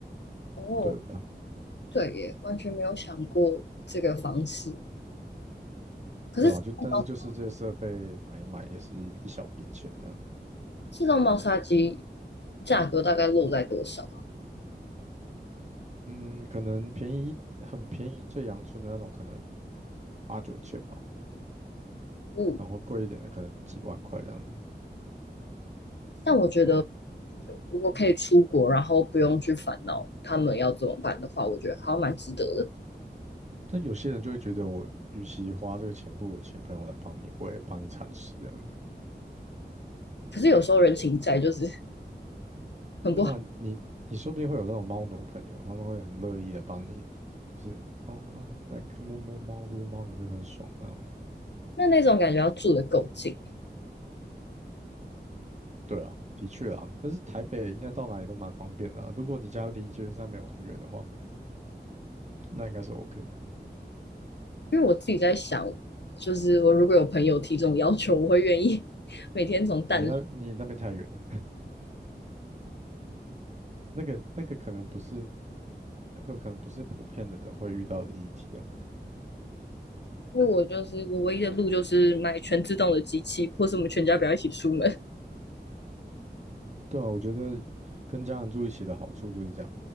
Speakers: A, on the left; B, on the right.
A: 哦，
B: 对啊，
A: 对耶，完全没有想过这个方式。可是自动猫
B: 对吧、就但是就是这些设备买一买也是一一小笔钱这样。
A: 自动猫砂机价格大概落在多少？
B: 嗯，可能便宜很便宜，最阳春的那种可能八九千吧，
A: 嗯，
B: 然后贵一点的可能几万块这样子。
A: 但我觉得
B: 对，
A: 如果可以出国，然后不用去烦恼他们要怎么办的话，我觉得好像蛮值得的。
B: 但有些人就会觉得我与其花这个钱，不如请朋友来帮你，我也帮你铲屎这样子。
A: 可是有时候人情债就是很不好，
B: 没有啊，你你说不定会有那种猫奴朋友，他们会很乐意的帮你，就是哦，来摸摸猫、撸猫也是很爽的那种。
A: 那那种感觉要住的够近。
B: 对啊，的确啊，但是台北应该到哪里都蛮方便的啊。如果你家离捷运站没有很远的话，那应该是 OK。
A: 因为我自己在想，就是我如果有朋友提这种要求，我会愿意 <laughs> 每天从蛋。
B: 你那你那边太远。了。那个那个可能不是那个可能不是普遍的人会遇到的议题啊。
A: 因为我就是我唯一的路就是买全自动的机器，或是我们全家不要一起出门。
B: 对啊，我觉得跟家人住一起的好处就是这样，